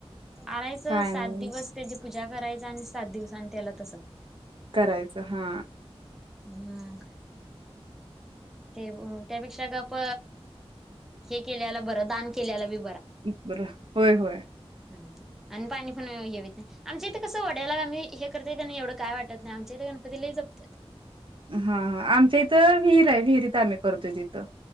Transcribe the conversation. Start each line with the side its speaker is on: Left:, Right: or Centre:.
Centre: आणायचं
Right: काय
Centre: सात
Right: नाही
Centre: बस त्याची पूजा करायच आणि सात दिवस आणि त्याला तसं
Right: करायचं हा
Centre: मॅग ते त्यापेक्षा ग आप हे केल्याला बरं दान केल्याला बी
Right: बर होय होय
Centre: ह आणि पाणी पिून घ्यावीत नाही आमच्या इथे कसं वड्याला आम्ही हे करताय त्यांना एवढं काय वाटत नाही आमच्या इथे गणपतीला जपतात
Right: हा हा आमच्या इथं विहीर आहे विहिरीत आम्ही करतोय तिथं